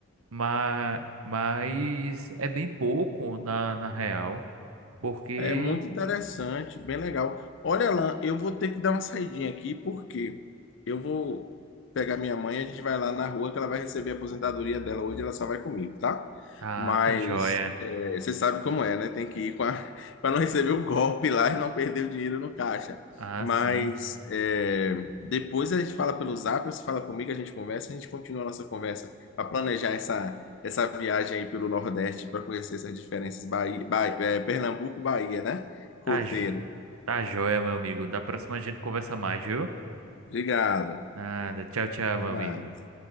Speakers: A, on the right; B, on the left.
A: Mas, mas é bem pouco na, na real, porque...
B: É muito interessante, bem legal. Olha, Alan, eu vou ter que dar uma saidinha aqui, porque eu vou pegar minha mãe, a gente vai lá na rua que ela vai receber a aposentadoria dela hoje, ela só vai comigo, tá?
A: Ah,
B: Mas
A: tá joia.
B: é, você sabe como é, né? Tem que ir com a... <laughs> para não receber o golpe lá e não perder o dinheiro no caixa.
A: Ah,
B: Mas
A: sim.
B: é, depois a gente fala pelo Zap, você fala comigo, a gente conversa, a gente continua a nossa conversa para planejar essa essa viagem aí pelo Nordeste para conhecer essas diferenças Bahia, Bahia- eh, Pernambuco, Bahia, né? Roteiro.
A: Tá, jo- tá joia, meu amigo. Da próxima a gente conversa mais, viu?
B: Obrigado.
A: Nada. Tchau, tchau,
B: Até
A: meu amigo.
B: mais.